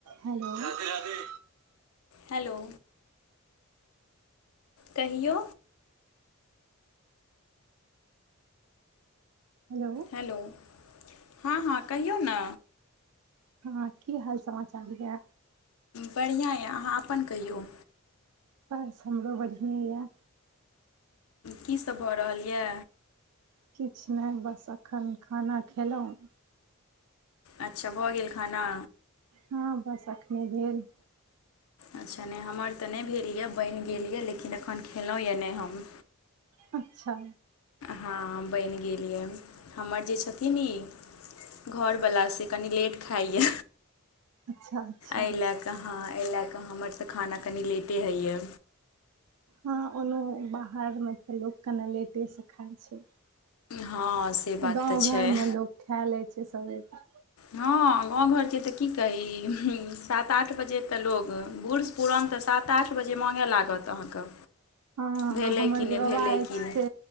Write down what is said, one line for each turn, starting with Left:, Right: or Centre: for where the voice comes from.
Right: Hello Radhe Radhe
Left: hello कहियो
Right: hello
Left: hello हँ हँ कहियौ न
Right: हँ ह की हाल समाचार य
Left: बढ़ियां यऽ आहाँ अपन कहियौ
Right: बस हमरो बढ़िये य
Left: की सब भऽ रहल ये
Right: किछ नहि बस अखन खाना खेलहुँ
Left: अच्छा भऽ गेल खाना
Right: हँ बस अखने भेल
Left: अच्छा नहि हमर तऽ नहि भेल यए बनि गेल यए लेकिन एखन खेलहुँ यए नहि हम
Right: अच्छा
Left: हँ बनि गेल यै हमर जे छथिन ई घरवाला से कनि लेट खाइया
Right: अच्छा अच्छा
Left: एहि लए कऽ हँ एहि लए कऽ हमर तऽ खाना कनि लेटे होइए
Right: हँ ओनो बाहर मे त लोक कने लेटे से खाय छै
Left: हँ से बात
Right: गाँव
Left: तऽ छै
Right: घरमे लोक खाय लै छै सवेरे
Left: हँ गाँव घरके तऽ की कही सात आठ बजे तऽ लोग बूढ़ पुरान तऽ सात आठ बजे माँगय लागत अहाँके
Right: हँ
Left: भेलै
Right: हमर
Left: कि नहि
Right: जे बाबा
Left: भेलै
Right: अछि
Left: कि नहि
Right: से